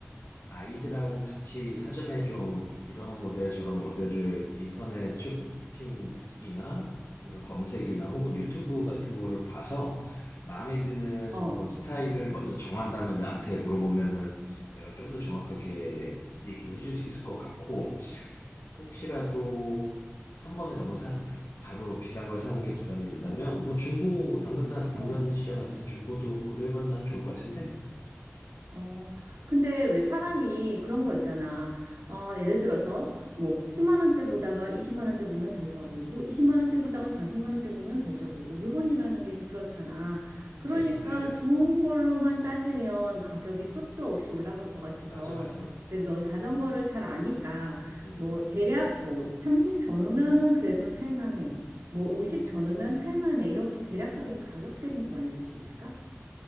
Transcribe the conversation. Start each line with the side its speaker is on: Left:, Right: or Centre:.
Left: 아이들하고 같이 사전에 좀 이런 모델 저런 모델을 인터넷 쇼핑이나 이런 검색이나 혹은 유튜브 같은 거를 봐서 마음에 드는
Right: 어,
Left: 그런 스타일을 먼저 정한 다음에 나한테 물어보면은 내가 좀 더 정확하게 얘기를 해줄 수 있을 것 같고 혹시라도 한 번에 너무 사, 바로 비싼 걸 사는 게 부담이 된다면 뭐 중고 당근 난 당근
Right: 어.
Left: 시장 같은 중고도 고려해봐도 난 좋을 것 같은데
Right: 어, 근데 왜 사람이 그런
Left: 음,
Right: 거 있잖아. 어, 예를 들어서 뭐 10만 원대 보다가 20만 원대 보면 더 좋아 보이고
Left: 음,
Right: 20만 원대 보다가 40만 원대 보면 더 좋아 보이고 물건이라는 게 그렇잖아.
Left: 그렇지
Right: 그러니까
Left: 음,
Right: 좋은 걸로만 따지면 가격이
Left: 음.
Right: 끝도 없이 올라갈 것 같아서
Left: 맞아, 맞아. 음,
Right: 그래도 넌 자전거를 잘 아니까
Left: 음,
Right: 뭐 대략 뭐 30 전후면은 그래도 탈만해. 뭐
Left: 음,
Right: 50 전후면 탈만해. 이렇게 대략적인
Left: 음.
Right: 가격대 좀 좀 알려줄 수 있을까?